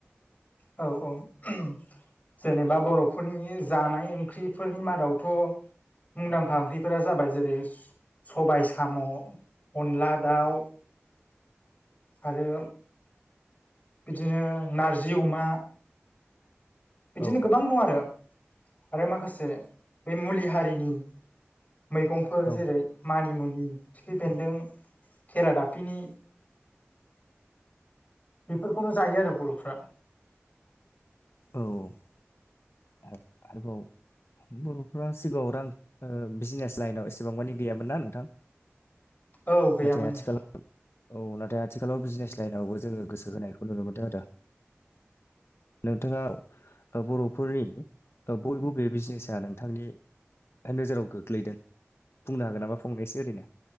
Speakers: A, on the left; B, on the left.
A: औ औ <unintelligible> जेनेबा बर'फोरनि जानाय ओंख्रिफोरनि मादावथ' मुंदांखा ओंख्रिफोरा जाबाय जेरै सबाय साम' अनला दाउ आरो बिदिनो नारजि अमा बिदिनो
B: औ
A: गोबां दं आरो आरो माखासे बे मुलि हारिनि मैगंफोर
B: औ।
A: जेरै मानिमुनि खिफि बेन्दों खेरा दाफपिनि बेफोरखौनो जायो आरो बर'फ्रा।
B: औ औ। आरोबाव बर'फ्रा सिगाङाव रां ओ बिजनेस लाइनाव एसेबां मानि गैयामोन ना नोंथां?
A: औ गैयामोन
B: नाथाय आथिखालाव
A: नोंथां।
B: औ नाथाय आथिखालाव बिजनेस लाइनावबो जोङो गोसो होनायखौ नुनो मोनदों आरो। नोंथाङाव बर'फोरनि बयबो बे बिजनेसा नोंथांनि नोजोराव गोग्लैदों बुंनो हागोन नामा फंनोसै ओरैनो?